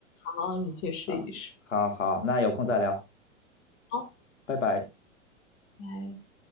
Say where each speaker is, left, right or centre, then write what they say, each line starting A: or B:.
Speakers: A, on the left; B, on the left.
A: 好，你去试一试。
B: 啊，好好，那有空再聊，
A: 好，
B: 拜拜。
A: 拜。